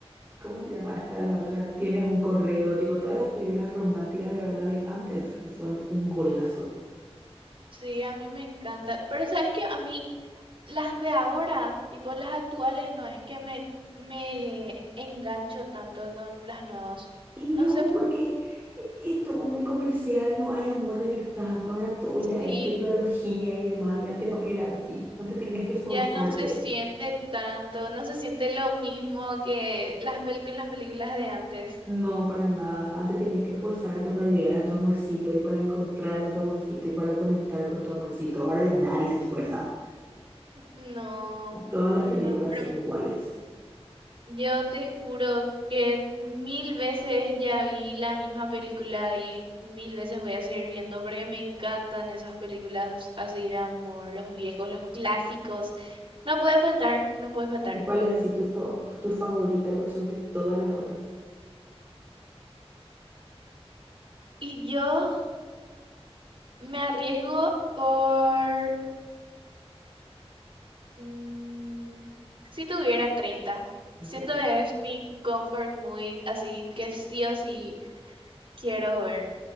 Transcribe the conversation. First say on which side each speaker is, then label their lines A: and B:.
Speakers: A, on the right (about 20°); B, on the right (about 55°).
A: ¿cómo se llama esta la otra? Tienes un correo, tipo todas las películas románticas de verdad de antes que son un golazo.
B: Sí, a mí me encanta. Pero sabes que a mí las de ahora, tipo las actuales, no es que me, me eh, engancho tanto con las nuevas.
A: Y no,
B: No sé,
A: porque es todo muy comercial, no hay amor de verdad. Ahora todo ya
B: sí,
A: es tecnología y demás, y antes no era así. Antes tenías que esforzarte.
B: Ya no se siente tanto, no se siente lo mismo que las pel- que las películas de antes.
A: No, para nada. Antes tenías que esforzarte para llegar a tu amorcito y para encontrar a tu amorcito y para conectar con tu amorcito. Ahora ya nadie se esfuerza.
B: No,
A: Todas las
B: no,
A: películas
B: no, pero
A: son iguales.
B: yo te juro que mil veces ya vi la misma película y mil veces voy a seguir viendo porque me encantan esas películas así de amor, los viejos, los clásicos. No puede faltar, no puede faltar.
A: ¿Y cuál es así tu, fa- tu favorita por sobre todas las otras?
B: Y yo me arriesgo por Mm, si tuviera 30
A: O
B: siento
A: sea,
B: que es mi comfort movie, así que sí o sí quiero ver.